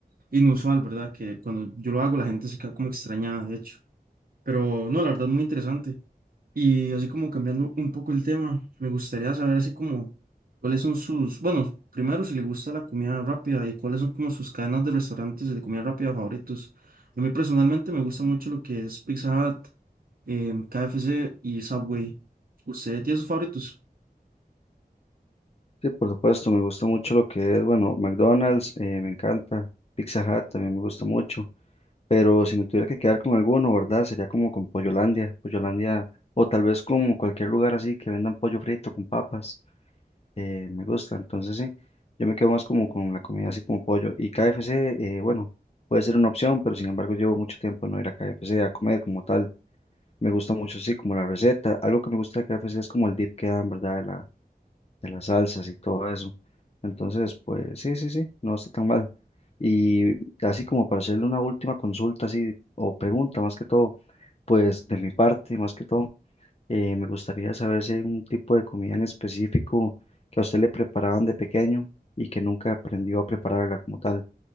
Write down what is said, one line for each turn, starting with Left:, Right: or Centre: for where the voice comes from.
Right: inusual, ¿verdad? Que cuando yo lo hago la gente se queda como extrañada, de hecho. Pero no, la verdad muy interesante. Y así como cambiando un poco el tema, me gustaría saber así como cuáles son sus, bueno, primero si le gusta la comida rápida y cuáles son como sus cadenas de restaurantes de comida rápida favoritos. A mí personalmente me gusta mucho lo que es Pizza Hut, em, KFC y Subway. ¿Usted tiene sus favoritos?
Left: Sí, por supuesto, me gusta mucho lo que es, bueno, McDonald's, eh, me encanta, Pizza Hut también me gusta mucho, pero si me tuviera que quedar con alguno, ¿verdad? Sería como con Pollolandia, Pollolandia, o tal vez con cualquier lugar así que vendan pollo frito con papas, eh, me gusta, entonces sí, yo me quedo más como con la comida así como pollo, y KFC, eh, bueno, puede ser una opción, pero sin embargo llevo mucho tiempo no ir a KFC a comer como tal, me gusta mucho así como la receta, algo que me gusta de KFC es como el dip que dan, ¿verdad? de las salsas y todo eso. Entonces, pues sí, sí, sí, no está tan mal. Y así como para hacerle una última consulta, así, o pregunta más que todo, pues de mi parte, más que todo, eh, me gustaría saber si hay un tipo de comida en específico que a usted le preparaban de pequeño y que nunca aprendió a prepararla como tal.